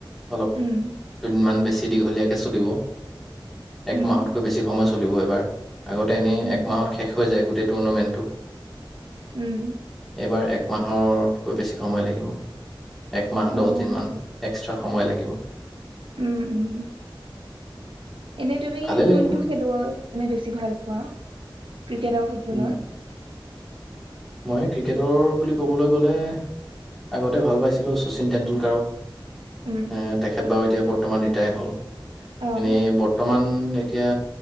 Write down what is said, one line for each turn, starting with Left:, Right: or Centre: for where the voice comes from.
Centre: অলপ
Right: উম,
Centre: দুদিনমান বেছি। দীঘলীয়াকে চলিব। এক
Right: উম,
Centre: মাহতকৈ বেছি সমস্য। চলিব এইবাৰ। আগতে এনেই
Right: উম,
Centre: এক মাহত শেষ হৈ যায়। গোটেই টুৰ্ণামেণ্টটো।
Right: উম,
Centre: এইবাৰ এক। মাহতকৈ বেছি সময় লাগিব। একমাহ
Right: অ',
Centre: দছদিন মান। সময় লাগিব।
Right: উম উম এনে তুমি
Centre: ভালেই
Right: কোনটো
Centre: লাগিব
Right: খেলুৱৈ মানে বেছি ভাল পোৱা। ক্ৰিকেট আৰু ফুটবলৰ।
Centre: উম, মই ক্ৰিকেটৰ বুলি ক'বলৈ গলে আগতে ভাল পাইছিলোঁ শচীন টেণ্ডুলকাৰক।
Right: উম,
Centre: এ তেখেত বাৰু এতিয়া। বৰ্তমান ৰিটায়াৰ হ'ল।
Right: অ',
Centre: এনে বৰ্তমান। এতিয়া।